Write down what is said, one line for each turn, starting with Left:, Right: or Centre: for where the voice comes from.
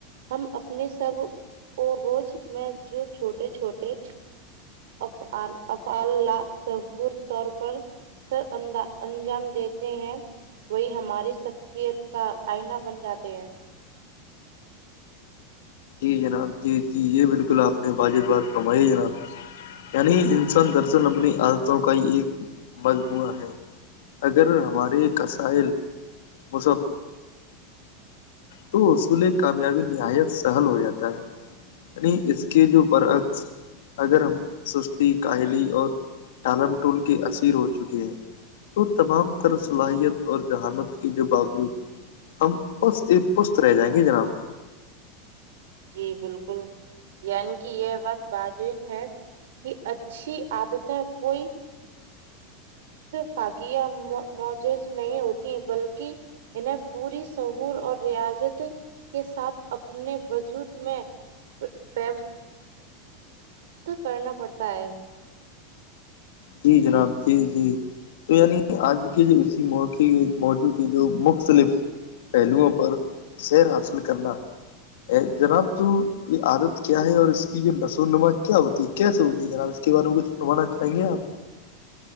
Right: ہم اپنے سب اور روز میں جو چھوٹے چھوٹے اف افعالا شہور طور پر سر اند انجام دیتے ہیں وہی ہماری شخصیت کا آئینہ بن جاتے ہیں
Left: جی جناب جی جی یہ بالکل آپ نے واجد بات فرمائی ہے جناب یعنی انسان درشن اپبنی عادتوں کا ہی ایک مجموعہ ہے اگر ہماری قسائل مذہب تو اصول کامیابی نہایت سہل ہو جاتا ہے یعنی اس کے جو برعکس اگر ہم سستی کاہلی اور ٹالم ٹول کے اسثیر ہو چکے ہیں تو تمام طرح صلاحیت اور ذہانت کے باوجود ہم بس ایک پست رہ جائیں گی جناب
Right: جی بالکل یعنی کہ یہ بات واجب ہے کی اچھی آادتیں کوئی فاگیاں موجز نہیں ہوتی بلکہ انہیں پوری شہور اور ریاضت کے ساتھ اپنے وجود میں پ کرنا پڑتا ہے
Left: جی جناب جی جی تو یعنی آج کے جو اسی موقع موضوع کے جو مختلف پہلوؤں پر سیر حاصل کرنا ا جناب تو یہ عادت کیا ہے اور اس کی جو نشو وون نما کیا ہوتی ہے کیسے ہوتی ہے جناب اس کے بارے میں کچھنوانا چاہیں گے آپ